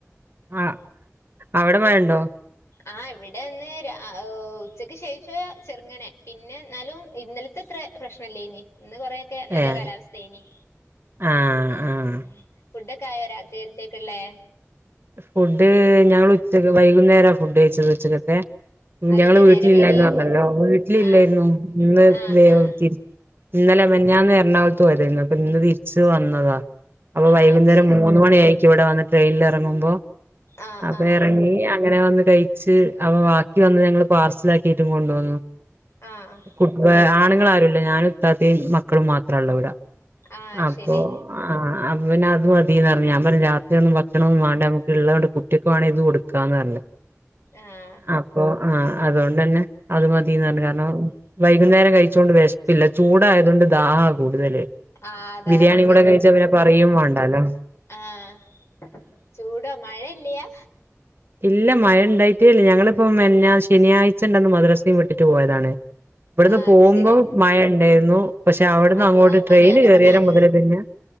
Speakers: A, on the right; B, on the left.
A: ആഹ്, അവെടെ മഴണ്ടോ?
B: ആഹ്, ഇവിടെന്ന് രാ ആഹ് ഉ ഉച്ചക്ക് ശേഷം ചെറ്ങ്ങനെ. പിന്നെ ന്നാലും. ഇന്നല്ത്തെ ത്രെ പ്രശ്നല്ലേനി. ഇന്ന് കൊറേ ക്കെ നല്ല
A: ഏഹ്
B: കാലാവസ്ഥേനി.
A: ആഹ്
B: ഏഹ്
A: ആഹ്
B: ഫുഡെക്കെ ആയോ രാത്രികൽത്തേക്ക്ള്ളേ?
A: ഫുഡ് ഞങ്ങള് ഉച്ചക്ക് വൈകുന്നേരാ ഫുഡ് കഴിച്ചത് ഉച്ചക്കത്തെ.
B: അതെന്ത്
A: ഞങ്ങള് വീട്ടിലില്ലായിന്നു
B: നേരം വൈകി
A: അർഞ്ഞല്ലോ ഞങ്ങള് വീട്ടിലില്ലായിരുന്നു.
B: ആഹ്
A: ഇന്ന്
B: ആഹ്
A: മേ
B: ആഹ്
A: തിര് ഇന്നലെ മിനിഞ്ഞാന്ന് എർണാകൊൾത്ത് പോയ തേര് രുന്നു. അപ്പൊ ഇന്ന് തിരിച്ച് വന്നതാ. അപ്പൊ
B: ആഹ്
A: വൈകുന്നേരം
B: അത് ശരി
A: മൂന്ന് മണിയായിക്കും ഇവെടെ വന്ന് ട്രെയിൻലെറങ്ങുമ്പോ.
B: ആഹ്
A: അപ്പ
B: ആഹ്
A: എറങ്ങി. അങ്ങനെ വന്ന് കഴി ച്ച് അവ ബാക്കി വന്നത് ഞങ്ങെള് പാർസൽലാക്കിട്ടും കൊണ്ടുവന്നു.
B: ആഹ് ആഹ്
A: കു ആണുങ്ങൾ ആരുല്ല. ഞാനും ഇത്താത്തയും മക്കളും മാത്രള്ളു ഇവെടെ.
B: ആഹ്
A: അപ്പൊ
B: ശരി
A: ആഹ് അപ്പ പിന്നെ അത് മതീന്ന് പറഞ്ഞ്. ഞാ പറഞ്ഞ് രാത്രി ഒന്നും വെക്കെണയൊന്നും വേണ്ട. നമുക്ക് ഉള്ളത് കൊണ്ട് കുട്ടികക്ക് വേണേ ഇത് കൊടുക്ക്. ക്കാന്ന് പറഞ്ഞ്.
B: ആഹ്
A: അപ്പൊ ആവൺഹ് അതോണ്ടെന്നെ. അത് മതീന്ന് പറഞ്ഞ്. കാരണം വൈകുന്നേരം കഴിച്ചൊണ്ട് വിശപ്പില്ല. ചൂടായതുകൊണ്ട് ദാഹമാ കൂടുതല്.
B: ആഹ് അതാ
A: ബിരിയാണി
B: ഇങ്ങക്ക്
A: കൂടെ കഴിച്ചാ പിന്നെ പറയും വാണ്ടാലോ.
B: ആഹ് ചൂടോ മഴയില്യാ.
A: ഇല്ല മഴ ഉണ്ടായിട്ടേട്ടില്ല. ഞങ്ങെളിപ്പം മിനിഞ്ഞാന്ന് ശനിയാഴ്ച ഉണ്ടെന്ന് മദ്രസയും വിട്ടിട്ട് പോയതാണ്. ഇവെടുന്ന്
B: ആഹ്
A: പോമ്പോ
B: അത് ശരി
A: മഴ ഉണ്ടായിരുന്നു. പക്ഷെ അവിടുന്ന്
B: അള്ളാ
A: അങ്ങോട്ട്
B: മനിയാന്നൊക്കെ
A: ട്രെയിൻ കേറിയേരം
B: നൽ
A: മൊതല് തന്നെ.